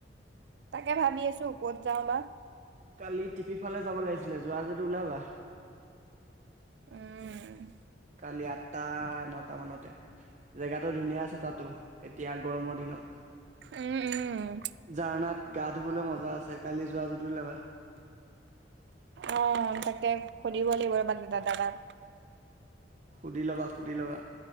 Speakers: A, on the right (about 65°); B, on the right (about 40°).
A: তাকে ভাবি আছো ক'ত যাও বা
B: কালি টিপিফালে যাব লাগিছিলে যোৱা যদি ওলাবা
A: উম
B: কালি আঠটা নটা মানতে জেগাটো ধুনীয়া আছে তাতো এতিয়া গৰমৰ দিনত
A: উম
B: জাৰনাত গা ধুবলৈ মজা আছে কালি যোৱা যদি ওলাবা
A: অ তাকে সুধিব লাগিব দাদাক
B: সুধি ল'বা সুধি ল'বা